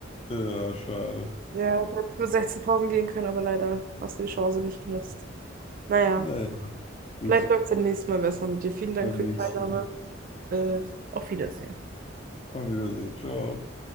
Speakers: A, on the left; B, on the right.
A: Ja, schade.
B: Ja, du hättest nur 16.000 gehen können, aber leider hast du die Chance nicht genutzt. Naja,
A: Naja, gut.
B: vielleicht läuft es beim nächsten Mal besser mit dir. Vielen Dank
A: Beim
B: für
A: nächsten
B: die Teilnahme.
A: Mal.
B: Äh, auf Wiedersehen.
A: Auf Wiedersehen. Ciao.